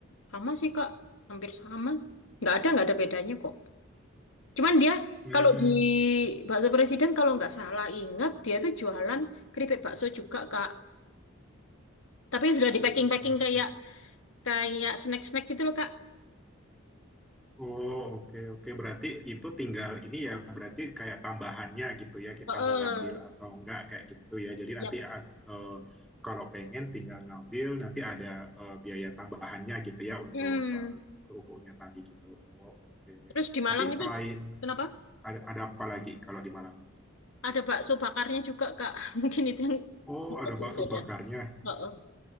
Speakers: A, on the left; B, in the centre.
A: Sama sih, Kak. Hampir sama. Nggak ada, nggak ada bedanya kok. Cuman dia,
B: Hmm,
A: kalau di Bakso Presiden, kalau nggak salah ingat, dia tuh jualan keripik bakso juga, Kak. Tapi sudah di
B: hmm,
A: packing-packing
B: oke.
A: kayak kayak snack-snack gitu loh, Kak.
B: Oh, oke, oke. Berarti itu tinggal ini ya, berarti kayak tambahannya gitu ya, kita
A: Heeh.
B: mau ngambil atau enggak kayak gitu ya. Jadi
A: Yap.
B: nanti ad- eh, kalau pengen tinggal ngambil, nanti ada eh, biaya tambahannya gitu ya untuk
A: Hmm.
B: eh, kerupuknya tadi gitu. Oh, oke.
A: Terus di Malang
B: Tapi
A: itu,
B: selain
A: kenapa?
B: ada, ada apa lagi kalau di Malang lagi?
A: Ada bakso bakarnya juga, Kak. <laughs> Mungkin itu yang
B: Oh,
A: nyebutin
B: ada bakso
A: beda.
B: bakarnya.
A: Heeh.